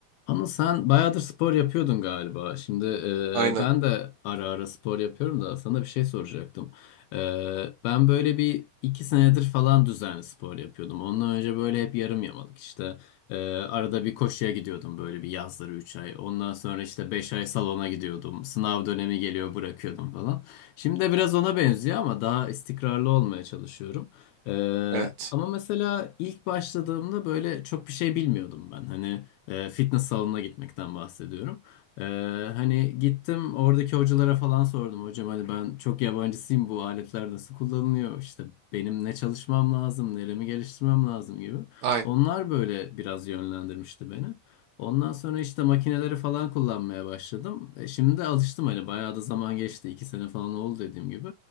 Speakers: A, on the left (about 80°); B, on the right (about 75°).
A: Ama sen bayağıdır spor yapıyordun galiba. Şimdi
B: Aynen.
A: e, ben de ara ara spor yapıyorum da sana bir şey soracaktım. E, ben böyle bir iki senedir falan düzenli spor yapıyordum. Ondan önce böyle hep yarım yamalık işte. E, arada bir koşuya gidiyordum böyle bir yazları 3 ay. Ondan sonra işte 5 ay salona gidiyordum. Sınav dönemi geliyor bırakıyordum falan. Şimdi de biraz ona benziyor ama daha istikrarlı olmaya çalışıyorum. E,
B: Evet.
A: ama mesela ilk başladığımda böyle çok bir şey bilmiyordum ben. Hani... E, fitness salonuna gitmekten bahsediyorum. E, hani gittim oradaki hocalara falan sordum. Hocam hani ben çok yabancısıyım bu aletler nasıl kullanılıyor? İşte benim ne çalışmam lazım, neremi geliştirmem lazım gibi.
B: Aynen.
A: Onlar böyle biraz yönlendirmişti beni. Ondan sonra işte makineleri falan kullanmaya başladım. E, şimdi de alıştım hani bayağı da zaman geçti. iki sene falan oldu dediğim gibi.